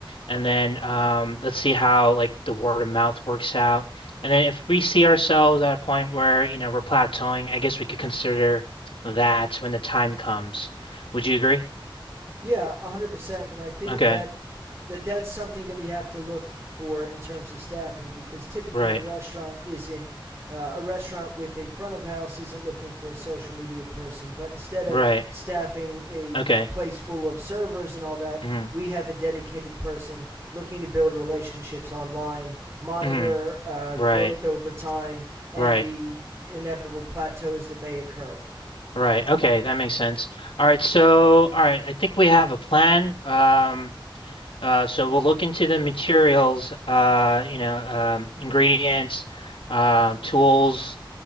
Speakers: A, on the left (about 85°); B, on the right (about 30°).
A: And then um, let's see how like the word of mouth works out. And then if we see ourselves at a point where, you know, we're plateauing, I guess we could consider that when the time comes. Would you agree?
B: Yeah, 100%. And I think
A: Okay.
B: that, that that's something that we have to look for in terms of staffing because typically
A: Right.
B: a restaurant isn't uh, a restaurant with a front of house isn't looking for a social media person, but instead of
A: Right.
B: staffing a
A: Okay.
B: place full of servers and all that,
A: hmm
B: we have a dedicated person looking to build relationships online, monitor
A: hmm
B: uh,
A: Right.
B: growth over time, and
A: Right.
B: the inevitable plateaus that may occur.
A: Right. Okay, that makes sense. All right, so all right, I think we have a plan. Um uh so we'll look into the materials, uh, you know, um ingredients, um tools